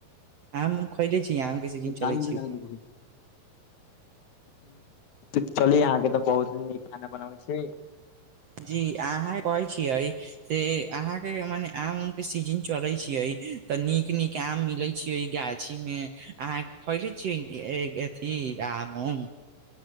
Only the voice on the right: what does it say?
आम खैले छी आम के सीजन
चलै छी
तऽ
जी अहाँ कहै छियै से अहाँके मने आम उम के सीजन चलै छिय तऽ नीक नीक आम मिले छियै ओ गाछी में आहाँ खलै छियै ठी आम उम